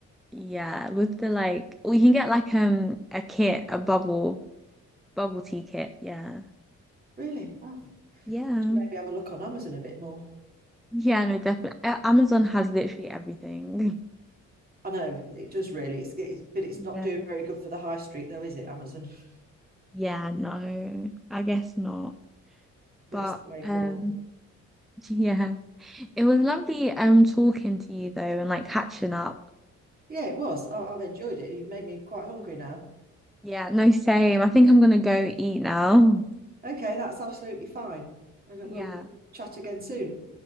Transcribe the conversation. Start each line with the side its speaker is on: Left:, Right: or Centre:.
Centre: yeah, with the like, or you can get like um a kit, a bubble bubble tea kit. Yeah,
Right: Really? Oh,
Centre: yeah,
Right: should maybe have a look on Amazon a bit more.
Centre: yeah. No, definitely. Amazon has literally everything. <laughs>
Right: I know it does really. It's, it's but it's not
Centre: Yeah,
Right: doing very good for the high street though, is it, Amazon? <laughs>
Centre: yeah. No, I guess not.
Right: But
Centre: But
Right: it's the way full.
Centre: um, <laughs> yeah, it was lovely um talking to you though, and like catching up.
Right: Yeah, it was. I, I've enjoyed it. You've made me quite hungry now.
Centre: Yeah, no, same. I think I'm gonna go eat now.
Right: Okay, that's absolutely fine. And
Centre: Yeah.
Right: we'll chat again soon.